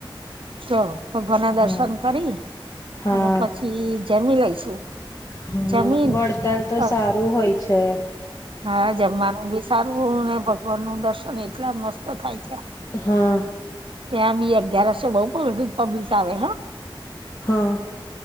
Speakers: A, on the right; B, on the left.
A: તો ભગવાન ના
B: હા
A: દર્શન કરી,
B: હા
A: અને પછી જમી લઈશું.
B: હા.
A: જમીન
B: વડતાલ તો
A: બસ
B: સારું હોય છે.
A: હા જમવાનું બી સારું, ને ભગવાન નું દર્શન એટલા મસ્ત થાય છે.
B: હા.
A: ત્યાં બી અગિયારસો બહું <unintelligible> પબ્લિક આવે હા.
B: હા.